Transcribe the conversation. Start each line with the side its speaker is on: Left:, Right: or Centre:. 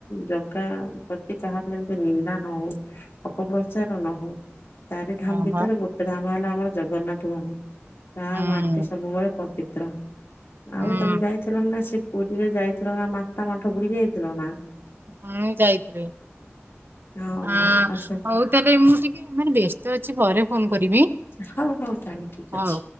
Left: ଜଗା ପ୍ରତି କାହାର ଯେମିତି ନିନ୍ଦା ନ ହଉ ଅପ ଚାରଣ ହୋଉ। ଚାରି ଧାମ
Right: ହଁ
Left: ଭିତରେ
Right: ବା
Left: ଗୋଟେ ଧାମ ହେଲା ହଁ ଜଗନ୍ନାଥ ଭାଲୁ। ତା
Right: ହୁଁ
Left: ମାଟି ସବୁବେଳେ ପଦି ତ୍ର।
Right: ହୁଁ
Left: ଆଉ ତମେ ଯାଇଥିଲ ନା ସେ ପୁରୀରେ ଯାଇଥିଲ ନା ମାତା ମଠ ବୁଲି ଯାଇଥିଲ ନା?
Right: ହଁ ଯାଇଥିଲି
Left: ହଁ
Right: ହ
Left: ଆସ
Right: ହଉ ତାଲେ ମୁଁ ଟିକେ ମାନେ ବ୍ୟସ୍ତ ଅଛି ପରେ ଫୋନ କରିବି
Left: ହଉ ହଉ ତାହେଲେ ଠିକ
Right: ହଉ।
Left: ଅଛି।